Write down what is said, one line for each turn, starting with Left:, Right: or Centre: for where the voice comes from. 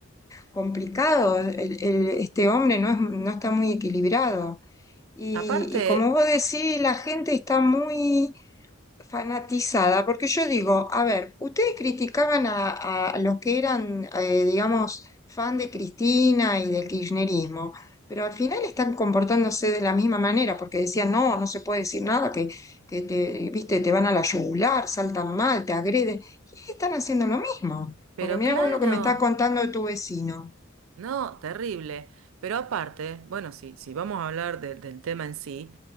Left: complicado. el- el- este hombre no es- no está muy equilibrado. Y,
Right: Aparte,
Left: y como vos decís, la gente está muy fanatizada, porque yo digo, a ver, ustedes criticaban a, a los que eran, eh, digamos, fan de Cristina y del kirchnerismo, pero al final están comportándose de la misma manera, porque decían, no, no se puede decir nada, que, que te, viste, te van a la yugular, saltan mal, te agreden, y están haciendo lo mismo,
Right: pero
Left: porque mirá
Right: claro.
Left: vos lo que me está contando de tu vecino.
Right: No, terrible. Pero aparte, bueno, si, si vamos a hablar de- del tema en sí,